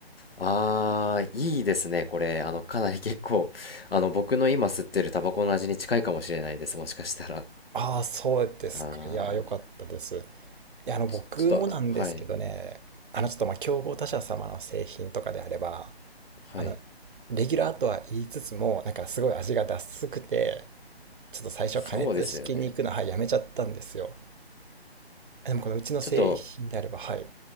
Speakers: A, on the left; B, on the right.
A: あー、いいですね、これ。あの、かなり結構、あの、僕の今吸ってるタバコの味に近いかもしれないです、もしかしたら。
B: ああ、そうですか。
A: あー、
B: いやー、よかったです。いや、あの、僕もなんですけどね、
A: ちょっと、はい、
B: あの、ちょっと、まあ、競合他社様の製品とかであれば、
A: はい。
B: あの、レギュラーとは言いつつも、なんかすごい味がダスくて、ちょっと最初加熱式に行くの、
A: そうですよね。
B: はい、やめちゃったんですよ。でも、このうちの製品であれば、
A: ちょっと、
B: はい。